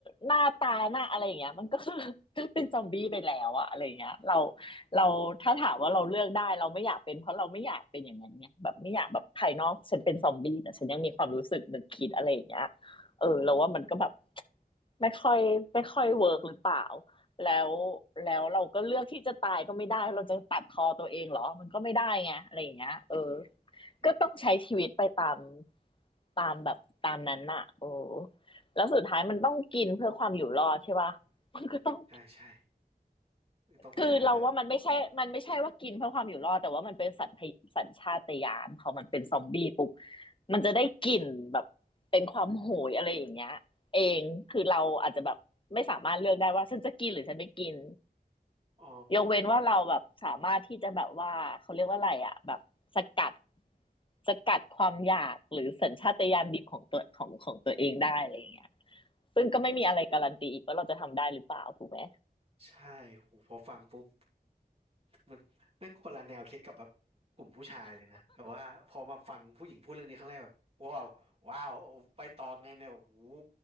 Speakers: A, on the left; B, on the right.
A: หน้าตาหน้าอะไรอย่างเงี้ยมันก็คือ <laughs> ก็เป็นซอมบี้ไปแล้วอะอะไรอย่างเงี้ยเรา
B: อืม
A: เราถ้าถามว่าเราเลือกได้เราไม่อยากเป็นเพราะเราไม่อยากเป็นอย่างนั้นเนี่ยแบบไม่อยากแบบภายนอกฉันเป็นซอมบี้แต่ฉันยังมีความรู้สึกนึกคิดอะไรอย่างเงี้ยเออเราว่ามันก็แบบ ไม่ค่อยไม่ค่อยเวิร์กหรือเปล่าแล้วแล้วเราก็เลือกที่จะตายก็ไม่ได้ เราจะตัดคอตัวเองเหรอ มันก็ไม่ได้ไง อะไรอย่างเงี้ยเออ
B: อืม
A: ก็ต้องใช้ชีวิตไปตามตามแบบตามนั้นน่ะโอ้แล้วสุดท้ายมันต้องกินเพื่อความอยู่รอดใช่ป่ะมันก็ต้อง
B: ใช่ใช่ต้องไปหา
A: คือเราว่ามันไม่ใช่มันไม่ใช่ว่ากินเพื่อความอยู่รอดแต่ว่ามันเป็นสัญชาสัญชาตญาณพอมันเป็นซอมบี้ปุ๊บมันจะได้กลิ่นแบบเป็นความโหยอะไรอย่างเงี้ยเองคือเราอาจจะแบบไม่สามารถเลือกได้ว่าฉันจะกินหรือฉันไม่กิน
B: อ๋อ
A: ยกเว้นว่าเราแบบสามารถที่จะแบบว่าเขาเรียกว่าอะไรอ่ะแบบสกัดสกัดความอยากหรือสัญชาตญาณดิบของตัวของของตัวเองได้อะไรอย่างเงี้ยซึ่งก็ไม่มีอะไรการันตีอีกว่าเราจะทำได้หรือเปล่าถูกไหม
B: ใช่หูพอฟังปุ๊บ มันแม่งคนละแนวคิดกับแบบกลุ่มผู้ชายเลยนะแบบว่าพอมาฟังผู้หญิงพูดเรื่องนี้ครั้งแรกแบบว้าวว้าวไปตองไงเนี่ยแบบโอ้โห